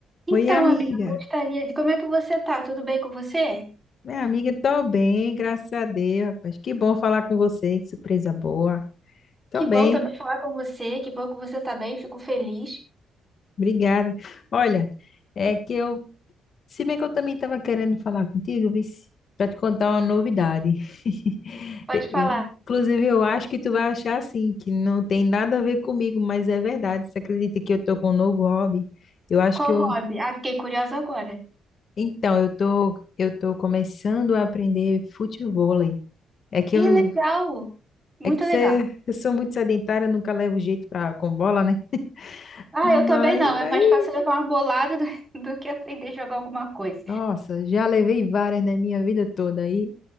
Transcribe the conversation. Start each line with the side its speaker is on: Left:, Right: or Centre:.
Right: Então,
Left: Oi, amiga.
Right: amiga, eu gostaria de... Como é que você tá? Tudo bem com você?
Left: Minha amiga, tô bem, graças a Deus, rapaz. Que bom falar com você, que surpresa boa. Tô
Right: Que
Left: bem,
Right: bom também falar com você, que bom que você tá bem, fico feliz.
Left: obrigada. Olha, é que eu, se bem que eu também estava querendo falar contigo, para te contar uma novidade. <laughs>
Right: Pode
Left: Eu-
Right: falar.
Left: eu- inclusive, eu acho que tu vai achar assim, que não tem nada a ver comigo, mas é verdade. Você acredita que eu tô com um novo hobby? Eu acho
Right: Qual
Left: que eu,
Right: hobby? Ah, fiquei curiosa agora.
Left: então, eu tô, eu tô começando a aprender futevôlei. É que
Right: Ih,
Left: eu
Right: legal! Muito
Left: É que você,
Right: legal.
Left: eu sou muito sedentária, nunca levo jeito pra, com bola, né?
Right: Ah,
Left: Mas
Right: eu também não, é
Left: aí,
Right: mais fácil levar uma bolada do, <laughs> do que aprender a jogar alguma coisa.
Left: nossa, já levei várias na minha vida toda aí.